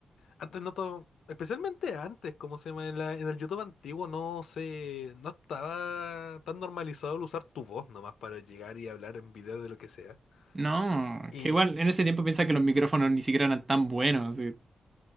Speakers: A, on the left; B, on the right.
A: antes no todo, especialmente antes, como se llama, en la- en el YouTube antiguo no se, no estaba tan normalizado el usar tu voz nomás para llegar y hablar en video de lo que sea.
B: No,
A: Y
B: que igual en ese tiempo piensa que los micrófonos ni siquiera eran tan buenos. Sí,